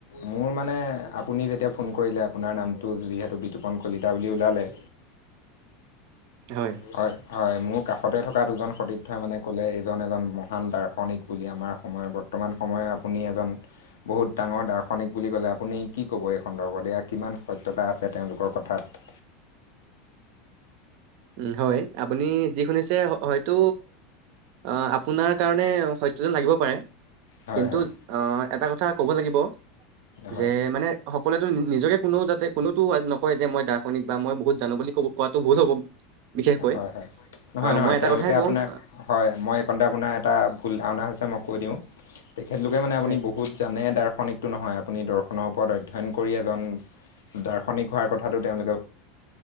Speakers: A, on the left; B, on the right.
A: মোৰ মানে আপুনি যেতিয়া ফোন কৰিলে আপোনাৰ নামটো যিহেতু বিতুপন কলিতা বুলি ওলালে
B: হয়
A: হয় হয় মোৰ কাষতে থকা দুজন সতীৰ্থই মানে ক'লে এইজন এজন মহান দাৰ্শনিক বুলি আমাৰ সময়ত বৰ বৰ্তমান সময় আপুনি এজন বহুত ডাঙৰ দাৰ্শনিক বুলি ক'লে আপুনি কি ক'ব এই সন্দৰ্ভত এয়া কিমান সত্যতা আছে তেওঁলোকৰ কথাত
B: উম হয় আপুনি যি শুনিছে হ হয়তো অ আপোনাৰ কাৰণে সত্য যেন লাগিব পাৰে
A: হয়
B: কিন্তু
A: হয়
B: অ এটা কথা ক'ব লাগিব
A: হয়
B: যে মানে হওক সকলোৱেতো‌ নি নিজকে কোনো যাতে কোনোতো নকয় যে মই দাৰ্শনিক বা মই বহুত জানো বুলি কো কোৱাটো ভুল হ'ব বিশেষকৈ
A: হয় হয় নহয়
B: আহ
A: নহয়
B: মই এটা
A: তেওঁলোকে
B: কথাই ক'ম
A: আপোনাক
B: আহ,
A: হয় মই এইকণতে আপোনাৰ এটা ভুল ধাৰণা হৈছে মই কৈ দিওঁ তেখেতলোকে মানে আপুনি
B: হয়
A: বহুত জানে দাৰ্শনিকটো নহয় আপুনি দৰ্শনৰ ওপৰত অধ্যয়ন কৰি এজন দাৰ্শনিক হোৱাৰ কথাটো তেওঁলোকে